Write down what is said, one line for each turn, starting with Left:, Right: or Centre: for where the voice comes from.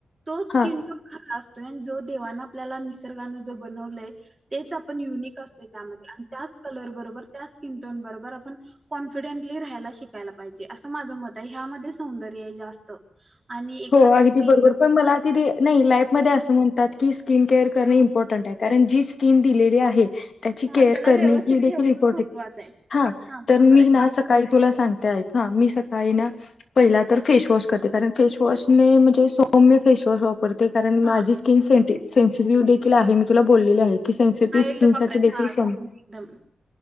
Right: तो स्किन
Left: हा
Right: टोन खलास - पण जो देवाना आपल्याला निसर्गान दिलय, तेच आपण युनिक असतोय त्यामध्ये आणि त्याच कलर बरोबर त्याच स्किन टोन बरोबर आपण कॉन्फिडंटली राहिला शिकायला पाहिजे असं माझं मत आहे, यामध्ये सौंदर्य आहे जास्त. आणि एखाद
Left: हो
Right: स्त्री
Left: अगदी बरोबर पण मला आधी ते नाही लाईफ मध्ये असं म्हण त्यात किस स्किन केअर करणे
Right: हा
Left: इम्पॉर्टंट आहे कारण जी स्कीन दिलेली आहे. त्याची
Right: हा
Left: केअर
Right: त्याला
Left: कर
Right: व्यवस्थित
Left: ही देखील
Right: ठेवणं
Left: इम्पॉर्टंट,
Right: महत्वाचं आहे
Left: हा तर
Right: बरोबर
Left: मी
Right: आहे
Left: ना सकाळी तुला सांगते ऐका हा मी सकाळी ना पाहिला तर फेस वॉश करते, कारण फेस वॉश ने म्हणजे सौम्य फेस वॉश वाप वापरते कारण
Right: हा
Left: माझी स्किन सेंटि सेन्सेसिव्ह देखील आहे. तुला बोललेली आहे की सेनसिटिव्ह
Right: माइल्ड
Left: स्किन
Right: वापरायचं
Left: साठी देखील
Right: हा
Left: सौम्य
Right: एकदम